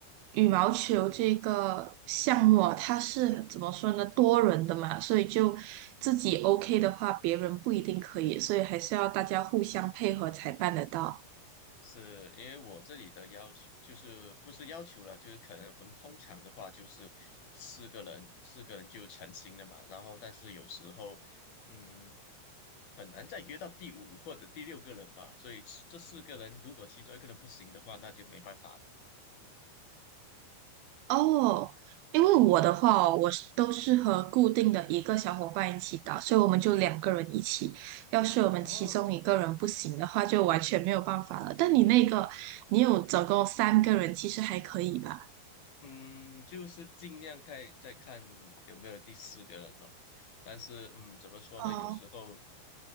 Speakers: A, on the right (about 75°); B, on the left (about 60°).
A: 羽毛球这个项目啊，它是怎么说呢？多人的嘛，所以就自己 OK 的话，别人不一定可以，所以还是要大家互相配合才办得到。
B: 是因为我这里的要求就是不是要求了，就是可能我们通常的话就是四个人，四个人就成型了嘛。然后但是有时候，嗯，很难再约到第五或者第六个人吧。所以这四个人如果其中一个人不行的话，那就没办法了。
A: 哦，因为我的话哦我是都是和固定的一个小伙伴一起打，所以我们就两个人一起。要是我们其中一个人不行的话，
B: 然后，
A: 就完全没有办法了。但你那个，
B: 嗯
A: 你有总共三个人，其实还可以吧？
B: 嗯，就是尽量看再看有没有第四个人哦。但是，嗯，怎么说呢？
A: 哦
B: 有时候。